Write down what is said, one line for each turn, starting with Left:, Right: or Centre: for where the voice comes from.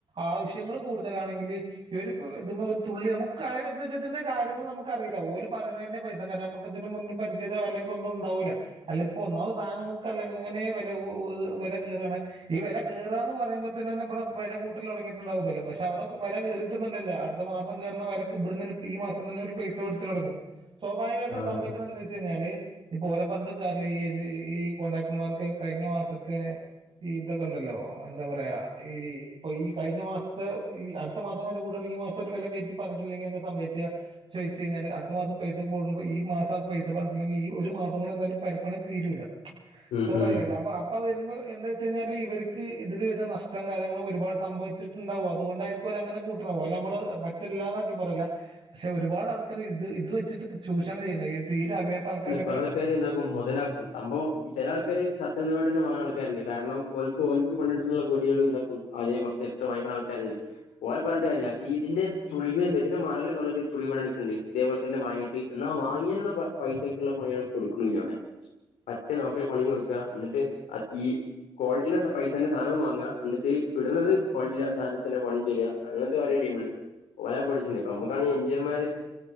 Right: ആവശ്യങ്ങൾ കൂടുതലാണെങ്കിൽ ഇഈ ഒരു ഇ ഒരു തുള്ളി നമുക്ക് എ വെച്ചാൽതിന്റെ കാര്യങ്ങൾ നമുക്ക അറിയില്ല ഓല പറയുന്നതിന്റെ പൈസ കാരയണം നമുക്ക് ഇതിന് മുന്ന പരിചയ അല്ലെങ്കിൽ ഒന്നും ഉണ്ടാവില്ല അല്ല ഇപ്പൊ ഒന്നാവ സാധനങ്ങൾക്കല്ലങ്ങനെ വില കൂ വില കയറയാണ് ഈ വില കയറാ എന്ന് പറയുമ്പോത്ത തന്നെ ഇവിടെ വില കൂട്ടല തുടങ്ങിയിട്ടുണ്ടാവുംല്ലേ പക്ഷെ അവിടെ വില കയറിയിട്ടന്നണ്ടല്ലോ അടുത്ത മാസം കേയറ വിലക്ക് ഇവിട ഈ മാസം തന്നെ ഒരു പൈസ പിടിച്ചിട്ടടങ്ങും സ്വാഭാവികമായിട്ടും
Left: ആഹ്
Right: സംഭവിക്കണം എന്താ വെച്ച് കഴിഞ്ഞാല് ഇപ്പൊ ല പറഞ്ഞട്ട്ക്കാറില്ല ഈ ഈ കോൺട്രാക്ടർമാർക്ക് കഴിഞ്ഞ മാസത്തെഈ ഇതൊക്കെ ഉണ്ടല്ലോ എന്താ പറയാ ഈ ഇപ്പൊ ഈ കഴിഞ്ഞ മാസത്തെഈ അടുത്ത മാസം വരെ കൂടാണ് ഈ മാസം ഒരു വില കയറ്റി പറഞ്ഞിട്ടില്ലെങ്കിൽ എന്താ സംഭവിച്ച ചോദിച്ചു കഴിഞ്ഞാല് അടുത്ത മാസം പൈസ കൂടുമ്പോ ഈ മാസം പൈസ പറഞ്ഞിട്ടില്ലെങ്കിൽ ഈ ഒരു മാസം കൊണ്ട് എന്തായാലും പരപ്പണി തീരൂല്ല
Left: ഉം
Right: സ്വാഭാവികമായിട്ട്
Left: ഉം
Right: അപ്പൊ അപ്പ വരുമ്പോ എന്താ വെച്ച കഴിഞ്ഞാല് ഇവർ ഇതില് വരുന്ന നഷ്ടം കാര്യങ്ങളും ഒരുപാട് സംഭവിച്ചിട്ടുണ്ടാവും അതുകൊണ്ടായിരിക്കല അങ്ങനെ കൂട്ടലെ നമ്മള് പറ്റില്ലാതാക്കി പറയ പക്ഷെ ഒരുപാട് ആൾക്കാര് ഇത് ഇത് വെച്ചി്വെച്ചിട്ട് ചൂഷണം ചെയ് ഈ തീരെ അറിയാത്ത ആൾക്കാരൊെ
Left: ചില ആൾക്കാരെ മുതലാക്കും സംഭവം ഈ ചില ആൾക്കാര് സത്യം ങ്ങ ആൾക്കാരുണ്ട് കാരണംക്ക് ഓൾക്ക് ഓൾക്ക് പടിക ഉണ്ടും അ കുറച്ച് വങ്ങിക്കുന്ന ആൾക്കാരുണ്ട് ഓല പറഞ്ഞ ക പക്ഷ ഇതിന്റെളന്റെ ചളണ്ട് ഇതേപലെ തന്നെ വാങ്ങീട് വാങ്ങ പൈസക്കുള്ള പണിക കൊടുക്കണില്ല ഇവിടെ പറ്റേ ലോക്കറിൽ പണിയും കൊടുക്ക എന്നിട്ട് ഈ ക്വാളിറ്റി പൈസ തന്നെ സാധനവും വാങ്ങുക എന്നിട്ട് വിട് ന്ന്ത് ക്വാളിറ്റില്ല സാധനത്തിെ പണിയും അങ്ങനത്തെ കുറെ ടീമുണ്ട് ഒല പഠിച്ചട്ടുണ്ട് നമ്മുക്കാണ എഞ്ചിനിയർമാർ